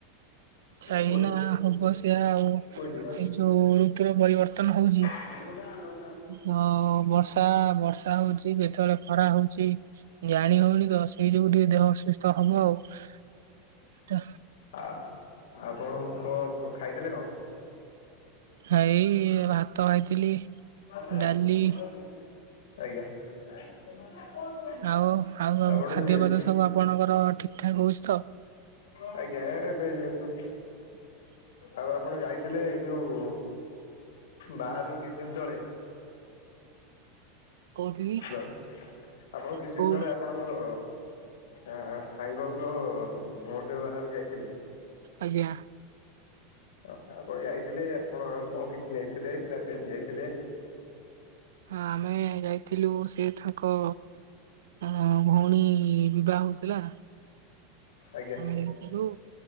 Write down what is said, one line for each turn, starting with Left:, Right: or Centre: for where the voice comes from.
Right: ଅଇଁଛା
Left: କୁଆଡେ
Right: ଏଇନା ହବ ସେଇଆ ଆଉ ଏଇ
Left: କୁଆଡେ ଯିବା?
Right: ଯୋଉ ଋତୁର ପରିବର୍ତ୍ତନ ହଉଛି
Left: <inaudible> ଆଉ।
Right: ହଁ ବର୍ଷ ତ ବର୍ଷା ହଉଛି କେତେବେଳେ ଖରା ହଉଛି ଜାଣି ହଉନି ତ ସେଇ ଯୋଗୁଁ ରୁ ଟିକେ ଦେହ ଅସୁସ୍ଥ ହବ ଆଉ।
Left: ଆଉ ଆପଣ କଣ କଁ ଖାଇଥିଲେ କଣ?
Right: ହେ ଏଇ ଭାତ ଖାଇଥିଲି।
Left: ଆଜ୍ଞା।
Right: ଡାଲି
Left: ଆଉ କଣ
Right: ଆଉ
Left: ହଉଛି?
Right: ଆଉ ସବୁ ଖାଦ୍ୟପେୟ ସବୁ ଆପଣଙ୍କର ଠିକ୍ ଠାକ୍ ହଉଛି ତ?
Left: ଆଜ୍ଞା ଏବେ ଯେହେତୁ
Right: <inaudible>
Left: ଆଉ ଆପଣ ଯାଇଥିଲେ ଏ ଯୋଉ ବାହାରକୁ କିଛି ଦିନ ତଳେ
Right: କୋଉଠିକି
Left: ହାଲୋ ଆପଣ କିଛି
Right: କୋଉ
Left: ଦିନ ତଳେ ଆପଣଙ୍କ ଆ ସାଙ୍ଗ ଙ୍କ ଭଉଣୀର ବାହାଘରକୁ ଯାଇଥିଲେ?
Right: ଆଜ୍ଞା।
Left: ତ ତାପରେ ଯାଇଥିଲେ ଆପଣ ଆଉ କଣ କିଛି ନେଇଥିଲେ ନା ସେମିତି ଯାଇଥିଲେ?
Right: ହଁ ଆମେ ଯାଇଥିଲୁ ସେ ତାଙ୍କ ଆ ଭଉଣୀ ବିବାହ ହଉଥିଲା।
Left: ଆଜ୍ଞା।
Right: ଆମେ ଯାଇଥିଲୁ